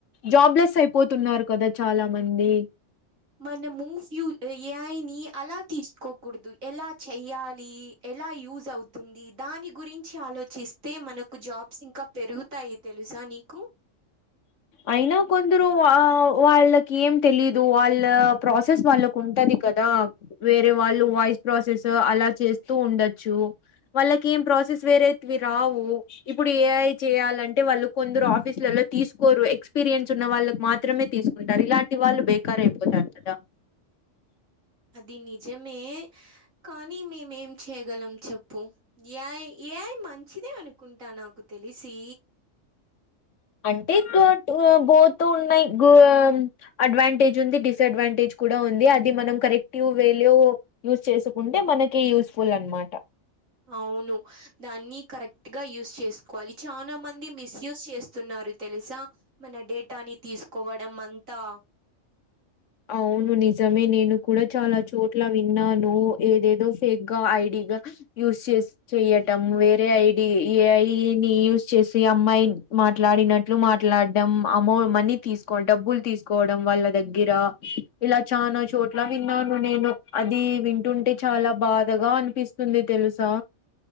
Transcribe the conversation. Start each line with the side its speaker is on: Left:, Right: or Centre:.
Left: జాబ్లెస్ అయిపోతున్నారు కదా చాలా మంది
Right: మన మూవ్సియు ఏ ఐ ని అలా తీసుకోకూడదు ఎలా చెయ్యాలి ఎలా యూజ్ అవుతుంది దాని గురించి ఆలోచిస్తే మనకు జాబ్స్ ఇంకా పెరుగుతాయి తెలుసా నీకు
Left: అయినా కొందరు వా వాళ్ళకి ఏం తెలీదు వాళ్ళ ప్రాసెస్ వాళ్ళక్ కుంటది కదా వేరే వాళ్ళు వాయిస్ ప్రాసెస్ అలా చేస్తూ ఉండచ్చు వాళ్ళకి ఏం ప్రాసెస్ వేరేతివి రావు ఇప్పుడు ఏ ఐ చేయాలంటే వాళ్ళు కొందరు ఆఫీసులలల్లో తీసుకోరు ఎక్స్పీరియన్స్ ఉన్న వాళ్ళకి మాత్రమే తీసుకుంటారు ఇలాంటి వాళ్ళు బే కారైపోతారు గదా
Right: అది నిజమే కానీ మేమేం చేయగలం చెప్పు యాయ్ ఏ ఐ మంచిదే అనుకుంటా నాకు తెలిసి
Left: అంటే థాట్ ఆ గోతూ ఉన్నాయి గొ అడ్వాంటేజ్ ఉంది డిస్ అడ్వాన్టేజ్ కూడ ఉంది అది మనం కరెక్టివ్ వేలో యూస్ చేసుకుంటే మనకీ యూస్ ఫుల్ అనమాట
Right: అవును దాన్ని కరెక్ట్ గ యూస్ చేసుకోవాలి చాలా మంది మిస్యూస్ చేస్ స్తున్నారు తెలుసా మన డేటాని తీసుకోవడం అంతా
Left: అవును నిజమే నేను కూడ చాలా చోట్ల విన్నాను ఏదేదో ఫేక్గ ఐ డి గా యూస్ చేస్ చెయ్యటం వేరే ఐ డి ఏ ఐ ని యూజ్ చేసి అమ్మాయి మాట్లాడినట్ ట్లు మాట్లాడ్డం అమౌ మనీ తీసుకోడం డబ్బులు తీసుకోవడం వాళ్ళ దగ్గర ఇలా చానా చోట్ల విన్నాను నేను అది వింటుంటే చాలా బాధగా అనిపిస్ స్తుంది తెలుసా